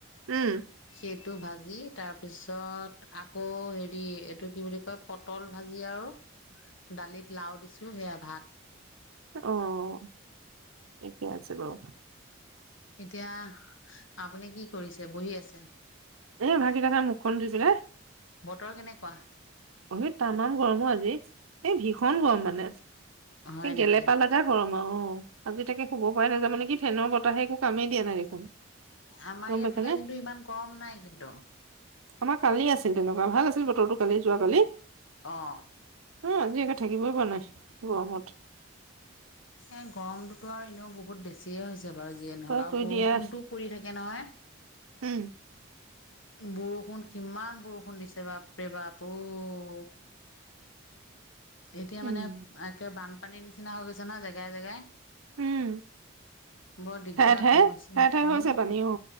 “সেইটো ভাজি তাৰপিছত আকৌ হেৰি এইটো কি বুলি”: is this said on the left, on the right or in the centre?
Left